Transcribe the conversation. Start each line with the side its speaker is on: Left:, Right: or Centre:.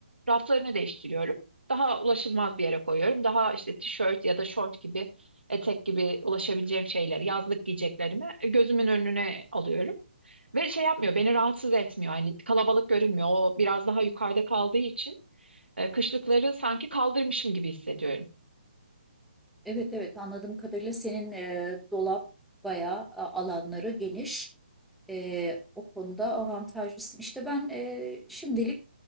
Right: raflarını değiştiriyorum. Daha ulaşılmaz bir yere koyuyorum. Daha işte tişört ya da şort gibi, etek gibi ulaşabileceğim şeyleri, yazlık giyeceklerimi gözümün önüne alıyorum. Ve şey yapmıyor, beni rahatsız etmiyor. Yani kalabalık görünmüyor. O biraz daha yukarıda kaldığı için. E, kışlıkları sanki kaldırmışım gibi hissediyorum.
Centre: Evet evet anladığım kadarıyla senin e, dolap bayağı e, alanları geniş. Eee, o konuda avantajlısın. İşte ben eee, şimdilik